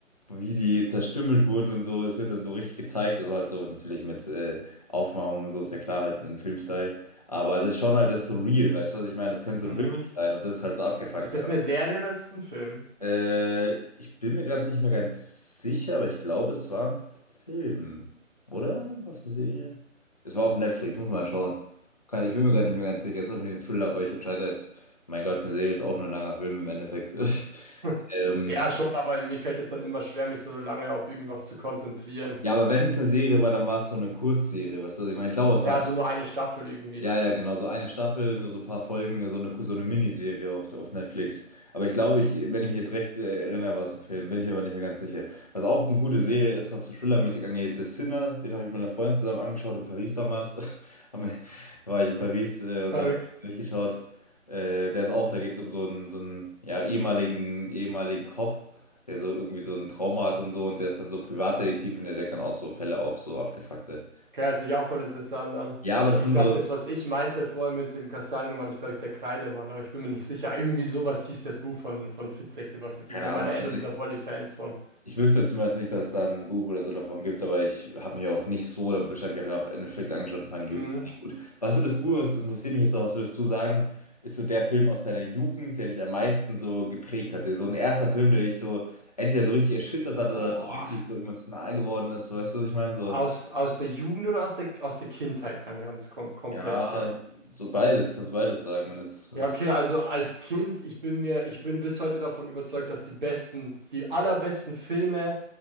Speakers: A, on the left (about 30°); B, on the right (about 40°).
A: wie die zerstümmelt wurden und so, es wird dann so richtig gezeigt. Also halt so natürlich mit äh, Aufmachung und so, ist ja klar, halt in Filmstyle. Aber das ist schon halt das so real, weißt du, was ich meine? Das könnte so
B: Mhm.
A: wirklich sein und das ist halt so abgefuckt.
B: Ist das eine Serie oder ist es ein Film?
A: Äh, ich bin mir gerade nicht mehr ganz sicher, aber ich glaube, es war ein Film. Oder? Was eine Serie? Es war auf Netflix, muss man mal schauen. Kann, ich bin mir gerade nicht mehr ganz sicher. Es ist irgendwie ein Thriller, aber ich entscheide jetzt. Mein Gott, eine Serie ist auch nur ein langer Film im Endeffekt. <laughs>
B: <laughs>
A: Ähm,
B: Ja, schon, aber mir fällt es dann immer schwer, mich so lange auf irgendwas zu konzentrieren.
A: ja, aber wenn es eine Serie war, dann war es so eine Kurzserie, weißt du, was ich meine? Ich glaube, es
B: Ja,
A: war ein
B: so nur eine Staffel irgendwie.
A: Ja, ja, genau, so eine Staffel, nur so ein paar Folgen, so eine, so eine Miniserie auf, auf Netflix. Aber ich glaube, ich, wenn ich mich jetzt recht äh, erinnere, war es ein Film, bin ich aber nicht mehr ganz sicher. Was auch eine gute Serie ist, was so thrillermäßig angeht, The Sinner, den habe ich mit einer Freundin zusammen angeschaut in Paris damals. <laughs> Haben wir- War ich in Paris, äh,
B: Verrückt.
A: da habe ich durchgeschaut. Äh, der ist auch, da geht es um so einen, so einen ja, ehemaligen, ehemaligen Cop, der so irgendwie so ein Trauma hat und so und der ist dann so Privatdetektiv und der deckt dann auch so Fälle auf, so abgefuckte.
B: Okay, hört sich auch voll interessant an.
A: Ja, aber das
B: Ich
A: sind
B: glaube,
A: so,
B: das, was ich meinte vorher mit dem Kastanienmann, ist, glaube ich, der Kreidemann, aber ich bin mir nicht sicher. Irgendwie sowas hieß das Buch von, von Fitzek, Sebastian
A: keine
B: Fitzek. Meine
A: Ahnung,
B: Eltern
A: also
B: sind da voll die Fans von.
A: Ich wüsste zumindest nicht, dass es da ein Buch oder so davon gibt, aber ich habe mich auch nicht so damit beschäftigt. Ich habe mir auf Netflix angeschaut und fand
B: Mhm.
A: ihn gut. fand ihn gut. Was würdest du, das interessiert mich jetzt noch, was würdest du sagen, ist so der Film aus deiner Jugend, der dich am meisten so geprägt hatte? So ein erster Film, der dich so entweder so richtig erschüttert hat oder
B: Boah.
A: so richtig so emotional geworden ist. So, weißt du, was ich meine? So,
B: Aus, aus der Jugend oder aus der, aus der Kindheit dann ganz kom komplett
A: ja,
B: gleich?
A: so beides, kannst beides sagen, wenn es, wenn
B: Ja,
A: es,
B: okay, also als Kind, ich bin mir, ich bin bis heute davon überzeugt, dass die besten, die allerbesten Filme,